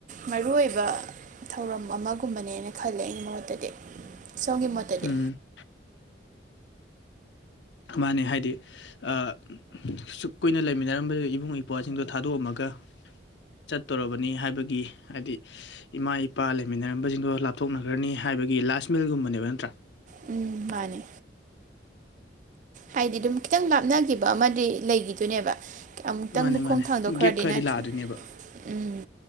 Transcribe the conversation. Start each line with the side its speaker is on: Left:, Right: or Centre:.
Right: ꯃꯔꯨ ꯑꯣꯏꯕ꯫ ꯊꯧꯔꯝ ꯑꯃꯒꯨꯝꯕꯅꯦꯅ ꯈꯜꯂꯦ ꯑꯩꯒꯤ ꯃꯣꯠꯇꯗꯤ ꯁꯣꯝꯒꯤ ꯃꯣꯠꯇꯗꯤ꯫
Left: ꯎꯝ꯫ ꯃꯥꯅꯦ ꯍꯥꯏꯗꯤ꯫ ꯑ ꯁꯨꯛ ꯀꯨꯏꯅ ꯂꯩꯃꯤꯟꯅꯔꯝꯕ ꯏꯕꯨꯡ ꯏꯄ꯭ꯋꯥꯁꯤꯡꯗꯣ ꯊꯥꯗꯣꯛꯑꯝꯃꯒ ꯆꯠꯇꯣꯔꯔꯕꯅꯤ ꯍꯥꯏꯕꯒꯤ ꯍꯥꯏꯗꯤ꯫ ꯏꯃꯥ ꯏꯄꯥ ꯂꯩꯃꯤꯟꯅꯔꯝꯕꯁꯤꯡꯗꯣ ꯂꯥꯞꯊꯣꯛꯅꯈ꯭ꯔꯅꯤ ꯍꯥꯏꯕꯒꯤ ꯂꯥꯁ ꯃꯤꯜꯒꯨꯝꯕꯅꯦꯕ ꯅꯠꯇ꯭ꯔꯥ꯫
Right: ꯎꯝ ꯃꯥꯅꯦ꯫ ꯍꯥꯏꯗꯤ ꯑꯗꯨꯝ ꯈꯤꯇꯪ ꯂꯥꯞꯅꯈꯤꯕ ꯑꯃꯗꯤ ꯂꯩꯈꯤꯗꯨꯏꯅꯦꯕ꯫ ꯑꯃꯨꯛꯇꯪꯕꯨ
Left: ꯃꯥꯅꯦ
Right: ꯈꯣꯡ
Left: ꯃꯥꯅꯦ
Right: ꯊꯥꯡꯗꯣꯛꯈ꯭ꯔꯗꯤ
Left: ꯒꯦꯞ ꯈꯔꯗꯤ
Right: ꯅꯠꯇ꯭ꯔ꯫
Left: ꯂꯥꯛꯑꯗꯣꯏꯅꯦꯕ
Right: ꯎꯝ